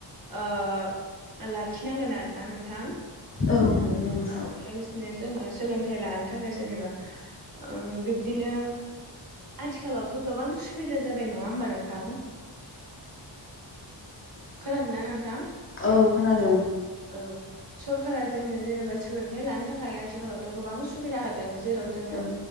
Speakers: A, on the right; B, on the left.
A: ओ लाखिनांगोन आरोना नोंथां
B: औ नगौ नोंथां
A: औ लोगोसेनो जोङो सोलोंथाइ लानो थाखाय जेनेबा ओ बिब्दिनो आथिखालावथ' गोबां उसुबिदा जाबाय नङा होमबा नोंथां खोनादोंना नोंथां
B: औ खोनादों
A: औ सरकारा जोंनो जेनेबा सोलोंथाइ लानो थाखाय आथिखालावथ' गोबां सुबिदा होदों जेराव जोङो
B: औ